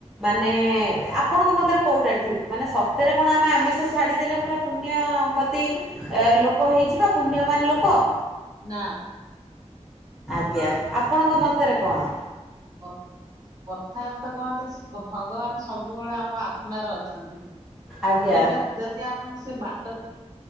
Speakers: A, in the centre; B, on the right (about 30°).
A: ମାନେ ଆପଣଙ୍କ ମତରେ କୋଉଟା ଠିକ? ମାନେ ସତରେ କଣ ଆମେ ଆମିଷ ଛାଡିଦେଲେ ପୁରା ପୁଣ୍ୟ ବତୀ ଲୋକ ହେଇଯିବା। ପୁଣ୍ୟମାନ ଲୋକ।
B: ନା।
A: ଆଜ୍ଞା। ଆପଣଙ୍କ ମତରେ କଣ?
B: କଥ କଥାରେ ତ କହନ୍ତି ଭଗବାନ ସବୁବେଳେ ଆମ ଆ ରେ ଅଛନ୍ତି।
A: ଆଜ୍ଞା
B: ସେଟା ଯଦି ଆମକୁ ସେ ବାଟ